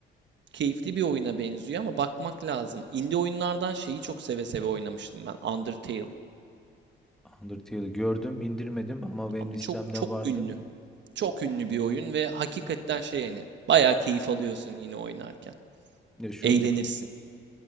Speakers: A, on the right; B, in the centre.
A: Keyifli bir oyuna benziyor ama bakmak lazım. Indie oyunlardan şeyi çok seve seve oynamıştım ben. Undertale.
B: Undertale'i gördüm, indirmedim ama benim
A: Abi
B: listemde
A: çok çok
B: vardı.
A: ünlü. Çok ünlü bir oyun ve hakikaten şey yani bayağı keyif alıyorsun yine oynarken.
B: Ya şu
A: Eğlenirsin.